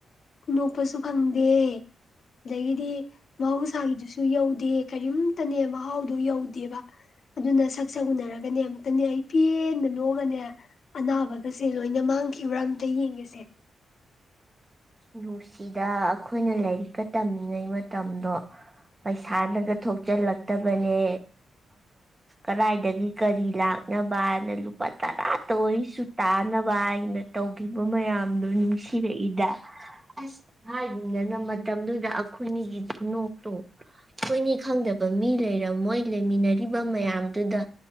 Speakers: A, on the left (about 55°); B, on the right (about 25°).
A: ꯅꯣꯛꯄꯁꯨ ꯐꯪꯗꯦ ꯑꯗꯒꯤꯗꯤ ꯃꯍꯧꯁꯥꯒꯤꯗꯨꯁꯨ ꯌꯧꯗꯦ ꯀꯔꯤꯝꯇꯅꯦ ꯃꯍꯥꯎꯗꯣ ꯌꯧꯗꯦꯕ ꯑꯗꯨꯅꯛ ꯁꯛ ꯎꯅꯔꯒꯅꯦ ꯑꯝꯇꯅꯦ ꯑꯩ ꯄꯦꯟꯅ ꯅꯣꯛꯒꯅꯦ ꯑꯅꯥꯕꯒꯁꯦ ꯂꯣꯏꯅ ꯃꯥꯡꯈꯤꯕ꯭ꯔꯥ ꯑꯝꯇ ꯌꯦꯡꯒꯁꯦ
B: ꯅꯨꯡꯁꯤꯗ ꯑꯩꯈꯣꯏꯅ ꯂꯥꯏꯔꯤꯛꯀ ꯇꯝꯃꯤꯉꯩ ꯃꯇꯝꯗꯣ ꯄꯩꯁꯥꯅꯒ ꯊꯣꯛꯆꯜꯂꯛꯇꯕꯅꯦ ꯀꯔꯏꯗꯒꯤ ꯀꯔꯤ ꯂꯥꯛ ꯌꯥ ꯕꯥꯥꯏꯔꯅꯂꯨ ꯑꯕ ꯇꯔꯇ ꯑꯣꯏꯁꯨꯨ ꯇꯥ ꯅ ꯕꯥꯏꯅ ꯇꯧꯈꯤꯕ ꯃꯌꯥꯝꯗꯨ ꯅꯨꯡꯁꯤꯔꯛꯏꯗ ꯑꯁ ꯍꯥꯏꯔꯤꯕꯅꯤꯅ ꯃꯇꯝꯗꯨꯗ ꯑꯩꯈꯣꯏꯅꯤꯒꯤ ꯈꯨꯅꯣꯛꯇ ꯑꯩꯈꯣꯏꯅꯤ ꯈꯪꯗꯕ ꯃꯤ ꯂꯩꯔꯝꯃꯣꯏ ꯂꯩꯃꯤꯟꯅꯔꯤꯕ ꯃꯌꯥꯝꯗꯨꯗ